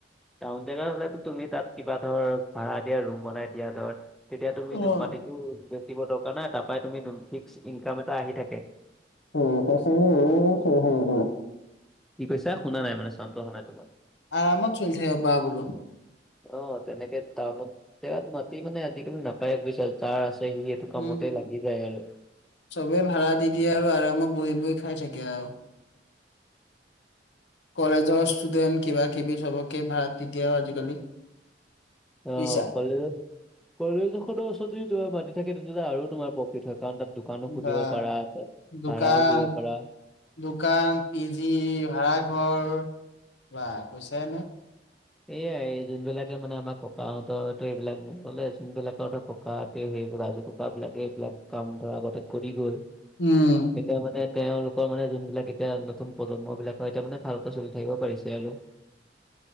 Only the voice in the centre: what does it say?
টাউন জেগাত হলেতো তুমি তাত কিবা ধৰ ভাড়া দিয়া ৰুম বনাই দিয়া ধৰ। তেতিয়া তুমি
মাটিটো বেচিব দৰকাৰ নাই। তাৰ পৰাই তুমি ফিক্স ইনকাম এটা আহি থাকে।
কি কৈছো শুনা নাই মানে, চাওনটো অহা নাই তোমাৰ।
অ' তেনেকে টাউনত জেগাত মাতি মানে আজিকালি নাপায় বুজিছা যাৰ আছে সি। এইটো কামতে
লাগি যায় আৰু
অ'
কলেজত। কলেজ এখনৰ ওচৰতে তোমাৰ মাতি থাকে, তেতিয়াহলে আৰু তোমাৰ প্ৰফিট হয়। কাৰণ তাত দোকানো খুলিব
পাৰা, তাত
ভাড়াও দিব পাৰা।
এইয়াই যোনবিলাকে মানে আমাৰ ককাহঁতৰো এইবিলাক নগ'লে যোনবিলাক। ককাহঁতে সেইবোৰ আজো ককা বিলাকে এইবিলাক কাম ধৰা আগতে কৰি গ'ল।
এতিয়া মানে, তেওঁলোকৰ মানে যোন বিলাক এতিয়া নতুন প্ৰজন্ম বিলাক হয়। এতিয়া মানে ভালকে চলি থাকিব পাৰিছে আৰু।